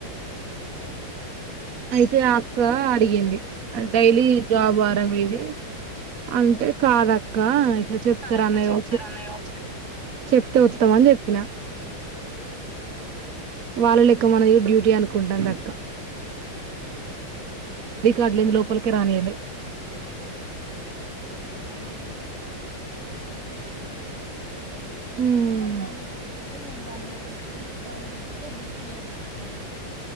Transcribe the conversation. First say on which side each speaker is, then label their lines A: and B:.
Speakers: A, on the right; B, on the right.
A: అయితే ఆ అక్క అడిగింది డైలీ జాబ్ ఆరా మీది అంటే కాదక్క ఇలా చెప్తరు
B: ఆ! ఇట్లా
A: అన్నయో
B: చెప్తారు అన్నయ్య వచ్చి.
A: చెప్ తో ఉత్తమని చెప్పిన
B: ఆ
A: వాళ్ళ లెక్క మనది డ్యూటీ అనుకుంటాదీ దక్క రికార్డు లేనిదే లోపలికి రానీయరే
B: మమ్మల్ని కూడా ఫస్ట్ ఫోన్లన్నీ తీసుకురు
A: మ్మ్
B: ఫోన్లన్ని తీసుకుంటే మేమ్ బండి పెట్టుకోత అని చెప్తే డిక్కీలో పెట్టుకున్నాం